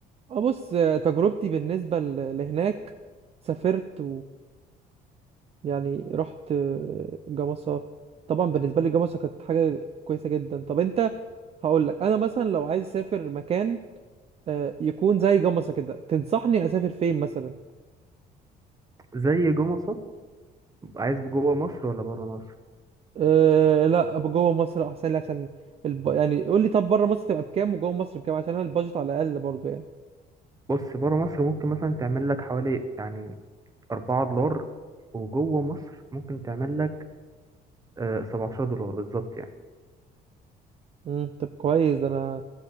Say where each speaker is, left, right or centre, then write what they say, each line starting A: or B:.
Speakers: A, on the right; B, on the right.
A: آه، بص آه، تجربتي بالنسبه ل- لهناك سافرت يعني رحت آه، جمصة طبعا بالنسبة لي جمصة كانت حاجة كويسة جدا طب انت هقول لك انا مثلا لو عايز اسافر مكان آه، يكون زي جمصة كده تنصحني اسافر فين مثلا
B: زي جمصة عايز جوه مصر ولا بره مصر
A: أه لا أبقى جوه مصر احسن لي عشان الب... يعني قول لي طب بره مصر تبقى بكام وجوه مصر بكام عشان انا البادجت على الاقل برضو يعني
B: بص بره مصر ممكن مثلا تعمل لك حوالي يعني 4 دولار وجوه مصر ممكن تعمل لك آه، 17 دولار بالظبط يعني
A: امم طب كويس ده انا